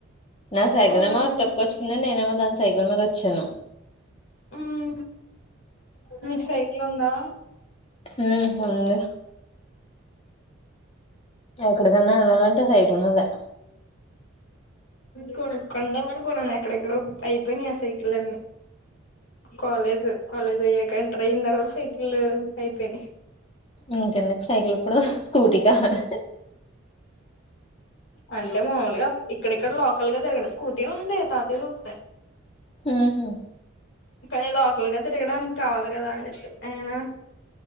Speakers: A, on the left; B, on the left.
A: నా సైకిల్
B: మ్మ్
A: ఏమో తక్కువ వచ్చింద నేనేమో దాని సైకిల్ మీద వచ్చాను
B: మ్మ్ మీకు సైకిల్ ఉందా
A: ఉ ఉంది ఎక్కడికన్నా వెళ్ళాలంటే సైకిల్ మీదా
B: కొను కొందామ అను కొన్నాను ఎక్కడెక్కడో అయిపోయినా ఆ సైకిల్ అన్ని కాలేజ్ కాలేజ్ అయ్యాక ఎంటర్ అయిన తర్వాత సైకిల్ అయిపోయియి
A: ఇంకే దుకూ సైకిల్ ఇప్పుడు స్కూటీ కావాలి
B: అంటే మల్ గా ఇక్కడ ఇక్కడ లోకల్ గా తిరగ స్కూటీ ఉంది తాతది ఉంది
A: ఉహు
B: కానీ లోకలగా తియడానికి కావాలి కదా అని చెప్పి ఆయనా